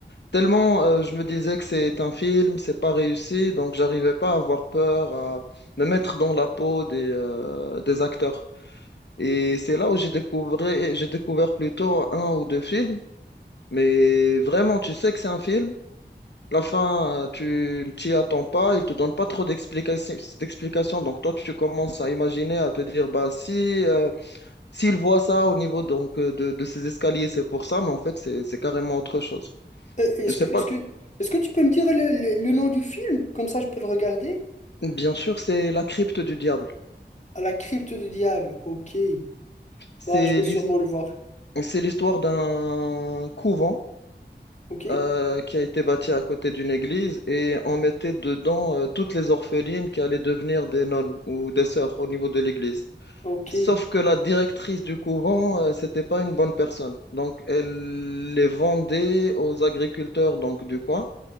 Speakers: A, on the left; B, on the left.
A: tellement euh, je me disais que c'est un film, c'est pas réussi, donc j'arrivais pas à avoir peur, à me mettre dans la peau des, euh, des acteurs. Et c'est là où j'ai découvert, j'ai découvert plutôt un ou deux films, mais vraiment, tu sais que c'est un film. La fin, euh, tu ne t'y attends pas, il te donne pas trop d'explications, d'explications. Donc toi, tu commences à imaginer, à te dire, bah si, euh, s'il voit ça au niveau donc euh, de, de ces escaliers, c'est pour ça, mais en fait, c'est c'est carrément autre chose.
B: Euh, Est-ce
A: Je sais
B: que, est-ce
A: pas.
B: que, est-ce que tu peux me dire le, le- le nom du film? Comme ça, je peux le regarder.
A: Bien sûr, c'est la crypte du diable.
B: À la crypte du diable. Ok.
A: C'est
B: Bah, je vais sûrement
A: l'his-
B: le voir.
A: c'est l'histoire d'un couvent
B: Ok.
A: euh, qui a été bâti à côté d'une église et on mettait dedans euh, toutes les orphelines qui allaient devenir des nonnes ou des sœurs au niveau de l'église.
B: Ok.
A: Sauf que la directrice du couvent, euh, c'était pas une bonne personne. Donc, elle les vendait aux agriculteurs donc du coin